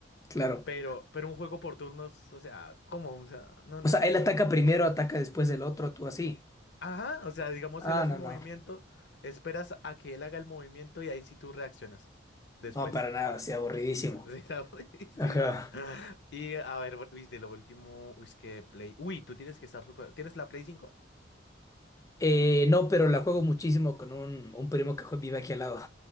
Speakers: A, on the left (about 15°); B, on the left (about 60°).
A: claro.
B: Pero, pero un juego por turnos, o sea, ¿cómo? O sea, no, no
A: O sea,
B: entiendo.
A: él ataca primero, ataca después del otro, tú así.
B: Ajá, o sea, digamos,
A: Ah,
B: él hace
A: no,
B: un
A: no.
B: movimiento, esperas a que él haga el movimiento y ahí sí tú reaccionas después.
A: No, para nada,
B: <laughs>
A: así aburridísimo.
B: Sí, está aburridísimo.
A: Ajá.
B: Y a ver, bu- uy, de lo último, uy, es que Play. Uy, tú tienes que estar super. ¿Tienes la Play cinco
A: Eh, no, pero la juego muchísimo con un, un primo que jue- vive aquí al lado.